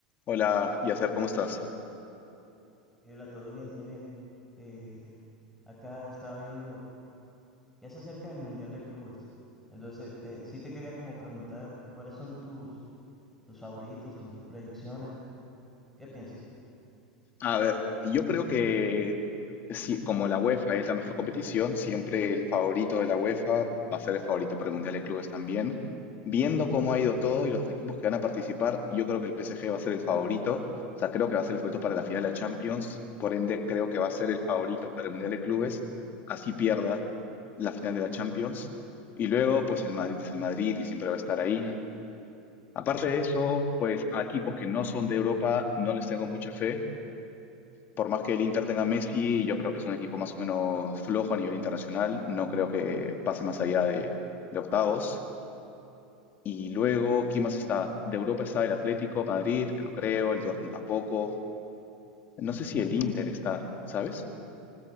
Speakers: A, on the left; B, in the centre.
A: Hola, Yasser, ¿cómo estás?
B: Eh, Hola, todo bien, todo bien. Eh, acá estaba viendo, ya se acerca el Mundial de Clubes. Entonces, te, sí te quería como preguntar cuáles son tus, tus favoritos, tus predicciones. ¿Qué piensas?
A: A ver, yo creo que sí, como la UEFA es la mejor competición, siempre el favorito de la UEFA va a ser el favorito para el Mundial de Clubes también. Viendo cómo ha ido todo y los equipos que van a participar, yo creo que el PSG va a ser el favorito. O sea, creo que va a ser el favorito para la final de la Champions. Por ende, creo que va a ser el favorito para el Mundial de Clubes. Así pierda la final de la Champions. Y luego, pues el Madrid es el Madrid y siempre va a estar ahí. Aparte de eso, pues a equipos que no son de Europa no les tengo mucha fe. Por más que el Inter tenga Messi, yo creo que es un equipo más o menos flojo a nivel internacional. No creo que pase más allá de, de octavos. Y luego, ¿quién más está? De Europa está el Atlético, Madrid, que no creo, el Dortmund tampoco. No sé si el Inter está, ¿sabes?